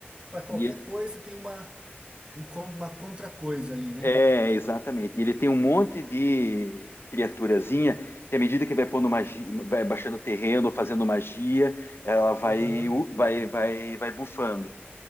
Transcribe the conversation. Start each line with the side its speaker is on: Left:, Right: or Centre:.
Right: para qualquer
Left: E ele-
Right: coisa tem uma, um, con- uma contra-coisa ali, né?
Left: É, exatamente. E ele tem um monte de criaturazinha que, à medida que vai pondo magia, vai baixando terreno, fazendo magia, ela vai,
Right: Aham,
Left: vai, vai, vai bufando.